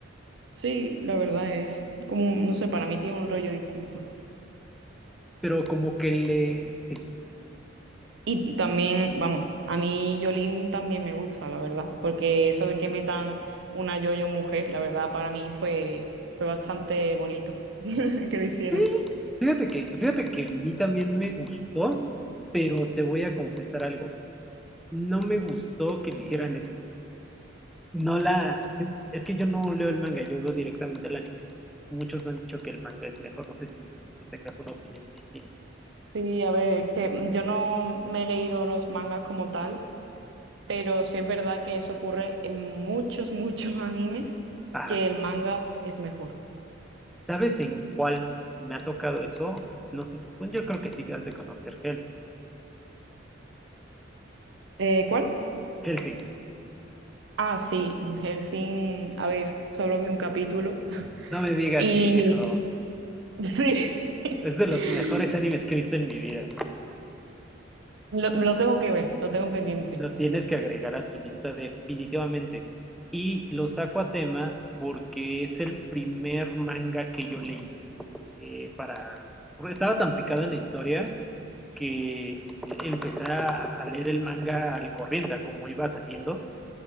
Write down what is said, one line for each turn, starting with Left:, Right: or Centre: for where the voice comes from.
Right: Sí, la verdad es como, un- no sé, para mí tiene un rollo distinto.
Centre: Pero como que le. Sí.
Right: Y también, vamos, a mí Yolín también me gusta, la verdad, porque eso de que metan una yo-yo mujer, la verdad para mí fue, fue bastante bonito <laughs> que lo hicieran.
Centre: Sí. Fíjate que, fíjate que a mí también me gustó, pero te voy a confesar algo. No me gustó que lo hiciera Netflix. No la. sí, Es que yo no leo el manga, yo veo directamente el anime. Muchos me han dicho que el manga es mejor, no sé si tú tengas una opinión distinta.
Right: Sí, a ver, es que yo no me he leído los mangas como tal, pero sí es verdad que eso ocurre en muchos, <laughs> muchos animes,
Centre: Ajá.
Right: que el manga es mejor.
Centre: ¿Sabes en cuál me ha tocado eso? No sé, bueno, yo creo que sí que has de conocer Hellsing.
Right: Eh, ¿cuál?
Centre: Hellsing,
Right: Ah, sí, Hellsing, a ver, solo vi un capítulo <laughs>
Centre: no me digas
Right: y
Centre: eso.
Right: sí.
Centre: Es
Right: <laughs>
Centre: de los mejores animes que he visto en mi vida.
Right: Lo, lo tengo que ver, lo tengo pendiente,
Centre: Lo tienes que agregar a tu lista definitivamente. Y lo saco a tema porque es el primer manga que yo leí. eh, para... porque Estaba tan picado en la historia que empecé a a leer el manga al corriente, a como iba saliendo.